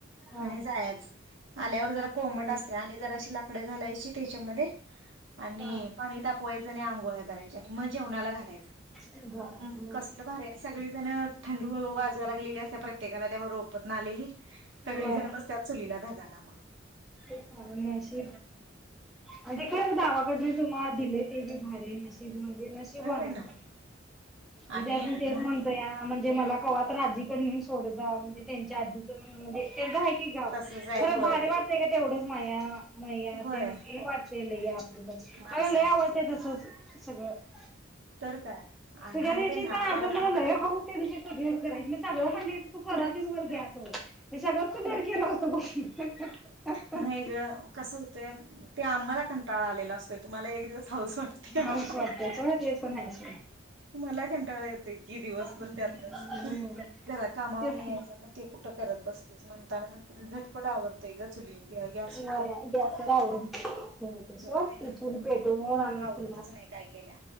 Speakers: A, in the centre; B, on the right.
A: हा
B: आणि जायचं ल्यावर जरा कोमट
A: होय
B: असते
A: की
B: आणि जर अशी लाकड घालायची त्याच्यामध्ये आणि
A: हा
B: पाणी तापवायचं जने आंघोळ्या करायचाआणि मग जेवणयाला घालायचं
A: झालं मग
B: कसलं भारी आणि सगळीजण थंडु हळ वाजत झालं की लिहिलेला असते परत त्येकाला त्यावर रोपतन आलेली सगळी
A: होय
B: जण बसत्यात चुलीला धाग गाला म <unintelligible>
A: अ आणि ते काय गावाकडं जे मा दिले ते बी भारी नशीब म्हणजे नशीबवान
B: होय बाई
A: आहे
B: ना
A: मी
B: आणि
A: हायसनी तेच
B: नाही
A: म्हणतो या म्हणजे मला कवा तर र आजीकड नेऊन सोड म्हणजे त्यांच्या आजीच म्हणजे आहे की गाव
B: तसच आहे
A: तर
B: होय
A: भारी वाढतंय का तेवढंच पाया मया
B: होय
A: तेन तेल ले ग
B: माणसांच्या
A: मला लई आवडतं
B: ते
A: तसंच सगळं च
B: तर काय
A: तुझ्या
B: नाही
A: दिवशी
B: बाई ना
A: पण
B: आम्हाला
A: आ मला हौस त्या दिवशी स करायची मी सगळं म्हं तू करा हे अस मी सगळं चुलीवर केल होतो बग
B: नाही ग कसं होतंय ते आम्हाला कंटाळा आलेला असतोय तुम्हाला एक दिवस हाऊस वाटत्या
A: हाऊस वाटत ते पण हाय सोड
B: मला कंटाळळा येतं कि दिवसभर
A: हम्म
B: त्यातन घरात कामावर
A: तेच
B: नाही
A: की
B: यायचना ते कुठ करत बसतीस म्हणताना झटपट आवरते ग चुली गॅसवर
A: गॅसवर आवरून हे होतंय सोड
B: चुलीवर
A: ते चूल पेटवून आणि
B: आवरतच
A: पुन्हा
B: नाही काय केल्या